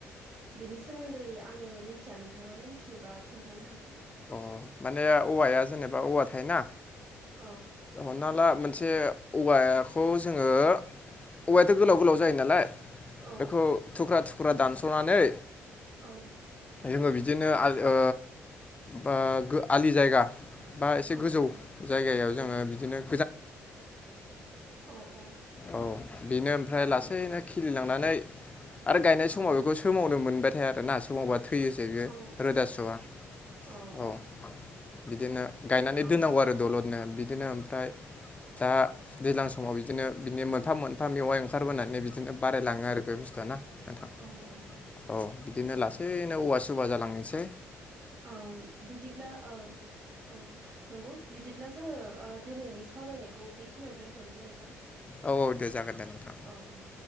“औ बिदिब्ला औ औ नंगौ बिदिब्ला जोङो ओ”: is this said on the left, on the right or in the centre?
Right